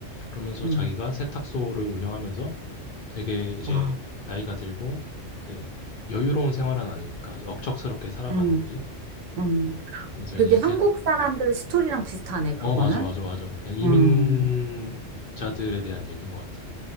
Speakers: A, on the left (about 55°); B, on the right (about 85°).
A: 그러면서
B: 응,
A: 자기가 세탁소를 운영하면서 되게 이제
B: 와,
A: 나이가 들고 이제 여유로운 생활은 아니니까 이제 억척스럽게 살아가는
B: 응,
A: 거지.
B: 응.
A: 그러면서
B: 되게
A: 이제
B: 한국
A: 걔,
B: 사람들 스토리랑 비슷하네,
A: 어,
B: 그거는.
A: 맞아, 맞아, 맞아. 그냥 이민자들에
B: 음,
A: 대한 얘기인 것 같아.